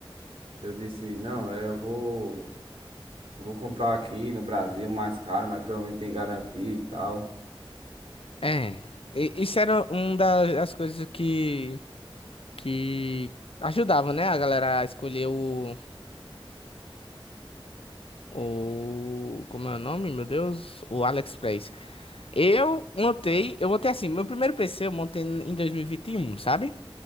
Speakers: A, on the right; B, on the left.
A: Eu disse, não, é, eu vou, vou comprar aqui no Brasil mais caro, mas pelo menos tem garantia e tal.
B: É, e- isso era uma das coisas que, que ajudava, né, a galera a escolher o, o, como é o nome, meu Deus? O AliExpress. Eu montei, eu montei assim, meu primeiro PC eu montei em dois mil e e vinte e um, sabe?